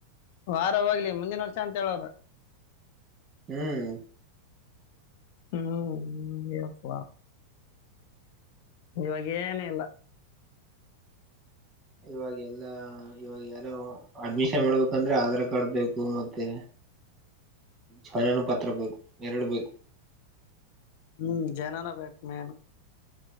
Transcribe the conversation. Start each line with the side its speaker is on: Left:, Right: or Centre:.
Left: ವಾರ ಹೋಗ್ಲಿ ಮುಂದಿನ ವರ್ಷ ಅಂತ ಹೇಳೋರ.
Right: ಹ್ಮ.
Left: ಹ್ಮ ಎಪ್ಪ ಇವಾಗೇನ ಇಲ್ಲ.
Right: ಇವಾಗ ಎಲ್ಲಾ ಇವಾಗ ಯಾರ ಅಡ್ಮಿಷನ್ ಮಾಡ್ಬೇಕ. ಅಂದ್ರ ಆಧಾರ್ ಕಾರ್ಡ್ ಬೇಕು ಮತ್ತೆ ಛಾಯಾನು ಪತ್ರ ಬೇಕು ಎರಡು ಬೇಕು.
Left: ಹ್ಮ ಜನನ ಬೇಕ ಮೇನ್